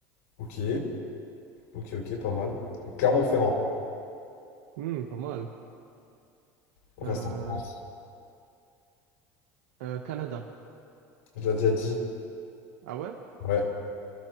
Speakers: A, on the left; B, on the right.
A: Ok. Ok, ok, pas mal. Clermont-Ferrand.
B: Hmm, pas mal.
A: On
B: Euh,
A: reste en France.
B: euh, Canada.
A: Je l'ai déjà dit.
B: Ah ouais?
A: Ouais.